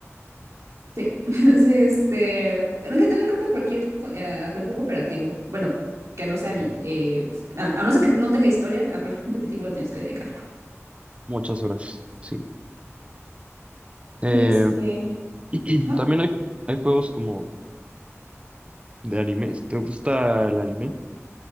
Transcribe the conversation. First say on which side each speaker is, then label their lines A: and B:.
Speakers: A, on the right; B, on the right.
A: Sí, <laughs> sí, este, pero en general creo que a cualquier, co- a cualquier cooperativo, bueno, que no sea,
B: Sí.
A: el, eh, pues, a, a no ser que no tenga historia, a cualquier competitivo le tienes que dedicar.
B: Muchas horas, sí. Eh,
A: Sí, este,
B: <clears throat>
A: ajá.
B: también hay, hay juegos como de animes. ¿Te gusta el anime?